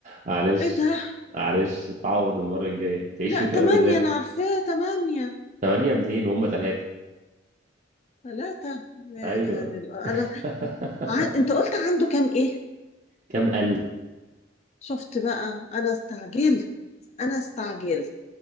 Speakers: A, on the right; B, on the left.
A: معلش
B: ايه ده
A: معلش تعوض المرة الجاية تعيش
B: لا
A: وتاخدي
B: تمانية
A: غير
B: انا عارفاه تمانية
A: ثمانية منين هما ثلاثة
B: ثلاثة يا
A: أيوة
B: دي الأ- انا
A: <laughs>
B: ع... انت قلت عنده كام ايه
A: كم قلب
B: شفت بقى انا استعجلت انا استعجلت